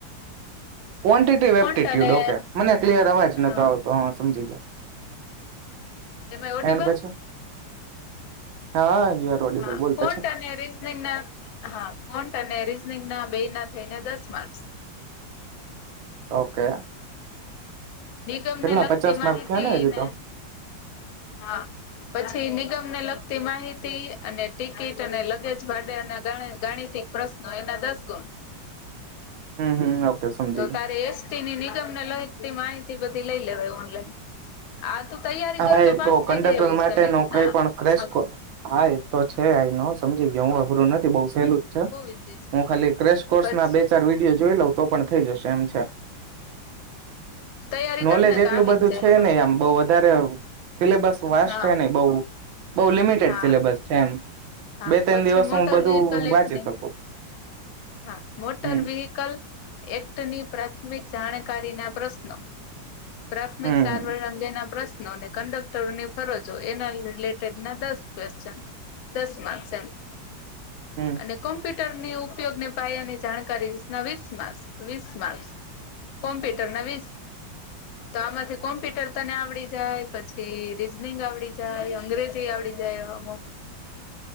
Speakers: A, on the right; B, on the left.
A: ક્વોન્ટિટી વેપ્ટીટ્યુડ
B: કોન્ટ અને
A: ઓકે મને ક્લિયર અવાજ નતો
B: હા
A: આવતો હા સમજી ગયો.
B: એમાં આઈ ઓડીબલ?
A: એન્ડ પછી હા યુ આર ઓડિબલ
B: હા
A: બોલ
B: કોટ
A: પછી
B: અને રીઝનિંગ ના હા કોટ અને રીઝનિંગ ના બે ના થઈને દસ માર્ચ.
A: ઓકે
B: નિગમ
A: કેટલા
B: ને લગતી
A: પચાસ
B: માહિતીને
A: માર્ક થયા ને હજી તો
B: હ પછી નિગમને લગતી માહિતી અને ટિકિટ અને લગેજ માટે ગણિત પ્રશ્નો એના દસ ગુણ
A: હમ હમ ઓકે સમજી
B: તો
A: ગયો
B: તારે એસીની નિગમને લખતી માહિતી બધી લઈ લેવા ઓનલાઈન આ તું તૈયારી
A: હા
B: કર
A: એ
B: પાસ
A: તો
B: થઈ
A: કંડક્ટર
B: જાય એવું
A: માટે
B: છે મિલે
A: ન કઈ
B: ને આમ
A: પણ
B: જો
A: ક્રેસકો
B: આખું
A: હા એ તો છે આનો સમજી ગયો હું અઘરું નથી બઉુ ેલું જ છે
B: બહુ ઈઝી છે
A: હું ખાલી ક્રેશ કોર્સ
B: પછી
A: ના બે ચાર વિડીયો જોઈ લઉ તો પણ થઈ જશે તેમ છે
B: તૈયારી
A: નોલેજ
B: કર ને
A: એટલું
B: તો આવી
A: બધું
B: જ જાય
A: છે નને
B: એમાં
A: આમ બઉ વધારે હ સિલેબસ વાસ
B: હા
A: છેે નઈ બહુ બઉુ લિમિટેડ
B: હા
A: સિલેબસ છે એમ
B: હા
A: બે ત્રણ
B: પછી
A: દિવસ
B: મોટર
A: હું બધું
B: વહકલ
A: વાંચી
B: એક નહી
A: શકું
B: હા મોટર
A: હમ
B: વહકલ એક્ટની પ્રાથમિક જાણ જાણકારી ના પ્રશ્નો પ્રાથમિક
A: હમ
B: સારવાર અંગેના પ્રશ્નોને કંડક ની ફરજો એના રિલેટેડ ના દસ ક્વેશચન દસ માર્ક્સ એમ
A: હમ
B: અને કોમ્પ્યુટર કોપટરની ઉપયોગની પાયાની જાણકારી વી ના વીસ માર્સ વીસ માર્સ કોમ્પ્યુટર ના વીસ તો આમાંથી કોમ્પ્યુટર તને આવડી જાય પછી રીઝનિંગ આવડી જાય અંગ્રેજી આવડી જાય અમુક